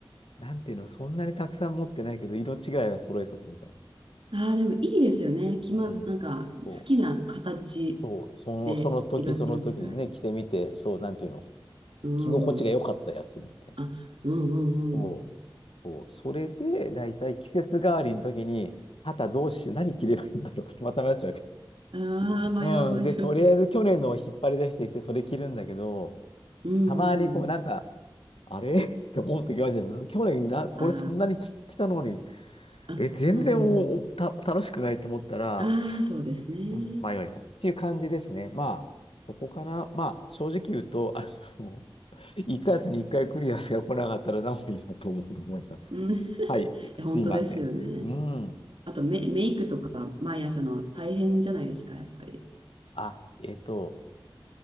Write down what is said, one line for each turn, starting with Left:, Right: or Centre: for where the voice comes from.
Left: なんていうの、そんなにたくさん持ってないけど、色違いは揃えとくみたい
Right: ああ、でもいいですよね。決まっ、
Left: な。うん。
Right: なんか、好きな形
Left: そう、そう、その、
Right: で色、
Left: その時その時でね、
Right: 色違い。
Left: 着てみて、そう、なんていうの、
Right: う
Left: 着心地が良かったやつみたいな。
Right: ん。あ、うんう
Left: そう、
Right: んうん。
Left: そう、それで、だいたい季節代わりの時に、肩どうしよう、何着ればいいんだろう。<laughs> また迷っちゃうけ
Right: ああ、迷う迷う。
Left: ど。うん。で、とりあえず去年のを引っ張り出してきて、それ着るんだけど、
Right: うん
Left: たまにこう、
Right: うん。
Left: なんか、あれ <laughs> って思う時があるじゃないですか去年な、これそんなに着、
Right: あ
Left: 着たのに、
Right: あ、あ、
Left: え、全然お、
Right: うんうん
Left: おた、楽しくないと思ったら、
Right: うん。ああ、そうですね。
Left: うん、迷います。っていう感じですね。まあ、そこかな。まあ、正直言うと、あの、1ヶ月に1回来るやつが来なかったら何もいいなと思うと思います。
Right: うん。い
Left: はい、
Right: や本当ですよね。
Left: すいません。うん。
Right: あとメ、メイクとか毎朝の大変じゃないですか、やっぱり。
Left: あ、えっと、